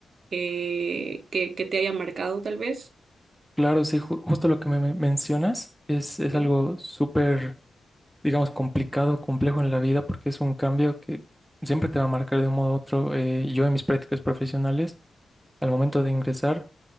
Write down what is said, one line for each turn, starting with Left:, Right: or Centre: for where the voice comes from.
Right: eh, que, que te haya marcado tal vez.
Centre: Claro, sí, ju- justo lo que me me- mencionas es, es
Right: ¿sí?
Centre: algo súper, digamos, complicado, complejo en la vida, porque es un cambio que siempre te va a marcar de un modo u otro. Eh, yo en mis prácticas profesionales, al momento de ingresar,